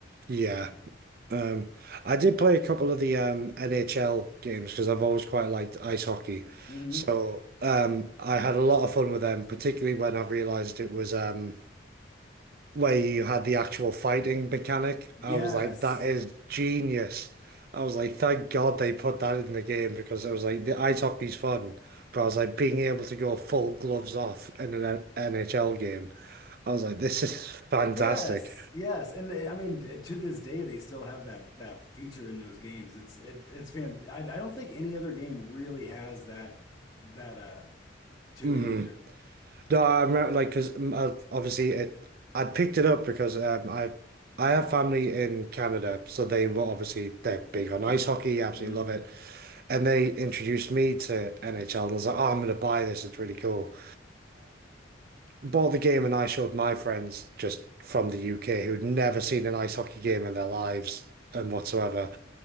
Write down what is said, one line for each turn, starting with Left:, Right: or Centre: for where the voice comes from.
Right: yeah,
Left: you know?
Right: Um, I did play a couple of the um, NHL games because I've always quite liked ice hockey.
Left: hmm
Right: So um, I had a lot of fun with them, particularly when I realized it was um, where you had the actual fighting mechanic.
Left: Yes.
Right: I was like, that is genius. I was like, thank God they put that in the game because I was like, the ice hockey's fun, but I was like, being able to go full gloves off in an NHL game, I was like, this is <laughs> fantastic.
Left: Yes. Yes. And uh, I mean, t- to this day, they still have that that feature in those games. It's it it's fan I, I don't think any other game really has that that uh to
Right: Mm-hmm.
Left: it either.
Right: No, I remember like because obviously it I picked it up because um, I I have family in Canada, so they were obviously they're big on ice hockey, absolutely
Left: Mhm.
Right: love it, and they introduced me to NHL, and I was like, oh, I'm gonna buy this, it's really cool. Bought the game, and I showed my friends just from the UK who'd never seen an ice hockey game in their lives and whatsoever,